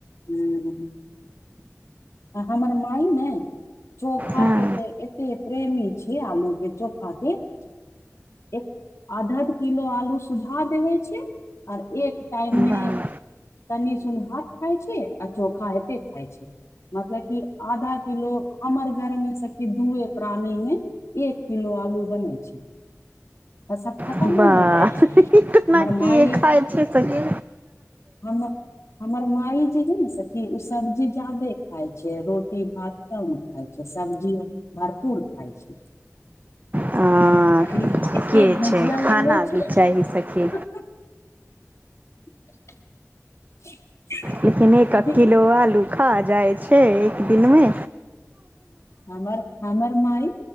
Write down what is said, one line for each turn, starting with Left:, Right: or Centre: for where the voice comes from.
Left: हूँ आ हमर माय नै चोखा
Right: हँ
Left: के तऽ एते प्रेमी छीयै आलू के चोखा के <inaudible> आध अध किलो आलू सुझा देबै छीयै आर एक टाइम मे
Right: वाह
Left: कनि सुन भात खाइ छै आ चोखा एते खाइ छै मतलब कि आधा किलो हमर घर में सखी दूए प्राणी मे एक किलो आलू बने छै <inaudible> आ सब खतमो
Right: वाह
Left: हो जाइ छै
Right: ई केना
Left: हमर माई
Right: की खाइ छै सखी
Left: <inaudible> हम हमर माई जे है ने सखी ओ सब्जी जदे खाय छै रो टी भात कम खाइ छै सब्जी भरपूर खाइ छै।
Right: हँ
Left: अभी एतेक
Right: के
Left: भुजिया
Right: छै खाना
Left: लेबै छी-
Right: भी चाही
Left: <inaudible>
Right: सखी
Left: <unintelligible>
Right: लेकिन एक
Left: अभी
Right: एक किलो आलू खा जाइ छै एक दिन में
Left: हमर हमर माई